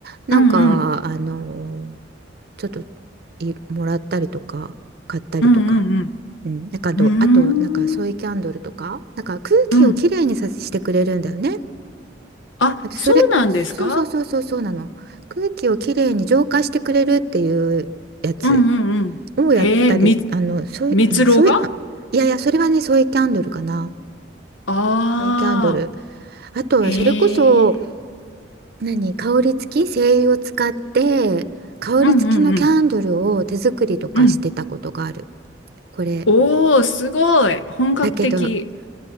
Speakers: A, on the right (about 55°); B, on the left (about 80°).
A: なんかあのー
B: うんうん。
A: ちょっといもらったりとか買ったりとか。
B: うんうん
A: うん、なんかあと、
B: うん。
A: あとなんかソイキャンドルとか、
B: うーん。
A: なんか空気をきれいにさしてくれるんだよね。
B: うん。あ、
A: あとそれ、
B: そうなんですか
A: そうそうそうそうそうなの。空気をきれいに浄化してくれるっていうやつ
B: うんうんうん。
A: をやったり、
B: へえ、み、
A: あの、ソイ、
B: 蜜ろうが
A: うんソイ、あ、いやいや、それはね、ソイキャンドルかな。
B: ああ
A: ソイキャンドル。あとはそれこそ、
B: ー、へえ。
A: 何、香り付き、精油を使って、香り付きのキャンドルを手作りとかしてたことがある。
B: うんうんうん。うん。
A: これ。
B: おー、すごい。本格的。
A: だけど、